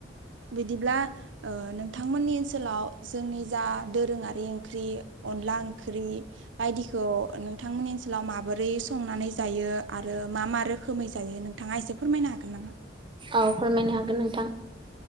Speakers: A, on the right; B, on the right.
A: बिदिब्ला ओ नोंथांमोननि ओनसोलाव जोंनि जा दोरोङारि ओंख्रि अनला ओंख्रि बायदिखौ नोंथांमोननि ओनसोलाव माबोरै संनानै जायो आरो मा मा रोखोमै जायो नोंथाङा एसे फोरमायनो हागोन नामा?
B: औ फोरमायनो हागोन नोंथां